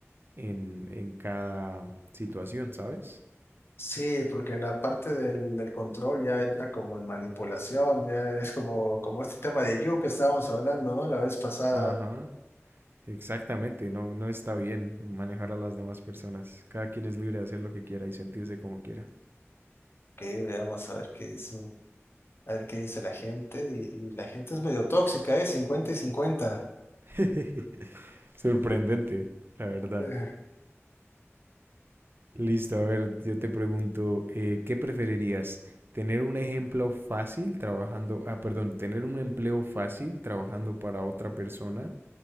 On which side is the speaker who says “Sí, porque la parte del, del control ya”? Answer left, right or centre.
Left